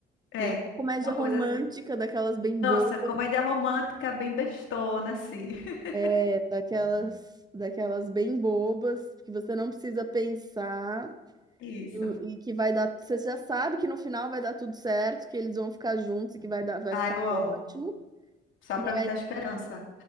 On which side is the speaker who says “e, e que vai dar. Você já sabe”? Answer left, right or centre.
Right